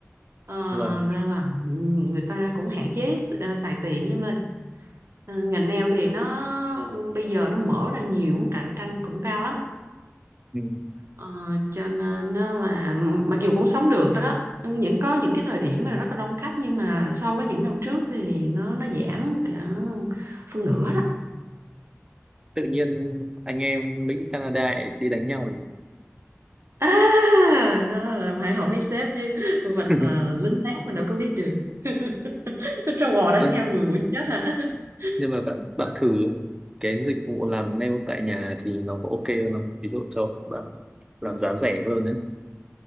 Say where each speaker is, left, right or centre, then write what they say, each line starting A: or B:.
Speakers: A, on the right; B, on the right.
A: Ờ,
B: vâng
A: nên là ừm, người ta cũng hạn chế s- ờ, xài tiền nha em ơi. Ờ, ngành nail thì nó bây giờ nó mở ra nhiều cạnh tranh cũng cao lắm.
B: ừ.
A: Ờ, cho nên nó là mặc dù cũng sống được đó những có những cái thời điểm mà rất là đông khách nhưng mà so với những năm trước thì nó nó giảm cả phân nửa đó
B: tự nhiên anh em Mỹ Canada lại đi đánh nhau rồi.
A: <laughs> à, đó là phải hỏi mấy sếp chứ mình
B: <laughs>
A: là lính tác mình đâu có biết được <laughs> trâu bò đánh
B: Ơ,
A: nhau rồi mũi chết à <laughs>
B: nhưng mà bạn bạn thử cái dịch vụ làm nail tại nhà thì nó có ok hơn không ví dụ cho bạn làm giá rẻ hơn đấy